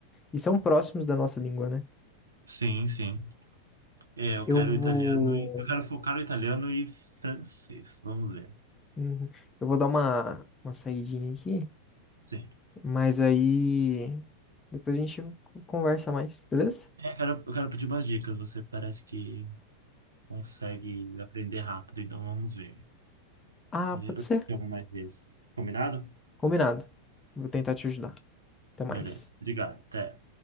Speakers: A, on the left (about 15°); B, on the right (about 75°).
A: E são próximos da nossa língua, né?
B: Sim, sim. É, eu
A: Eu
B: quero
A: vou.
B: italiano e eu quero focar no italiano e francês. Vamos ver.
A: Uhum. Eu vou dar uma, uma saidinha aqui,
B: Sim.
A: mas aí depois a gente conversa mais, beleza?
B: É, eu quero, eu quero pedir umas dicas. Você parece que consegue aprender rápido, então vamos ver.
A: Ah,
B: Eu
A: pode ser?
B: te chamo mais vezes. Combinado?
A: Combinado. Vou tentar te ajudar. Até mais.
B: Beleza. Obrigado. Até.